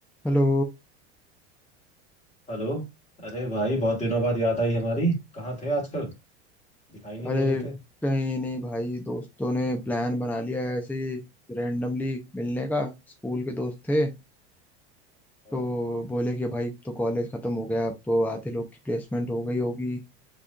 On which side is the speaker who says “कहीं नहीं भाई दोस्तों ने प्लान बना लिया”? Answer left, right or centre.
Centre